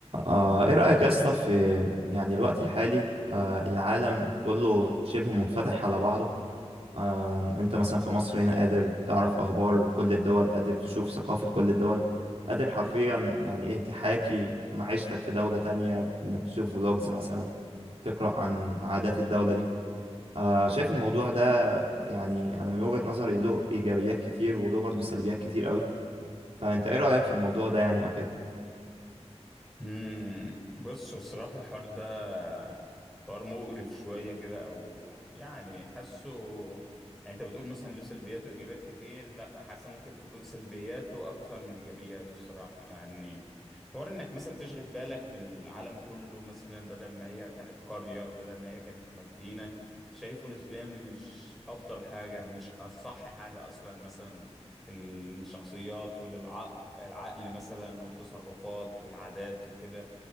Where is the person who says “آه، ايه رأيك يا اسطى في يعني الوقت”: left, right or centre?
Right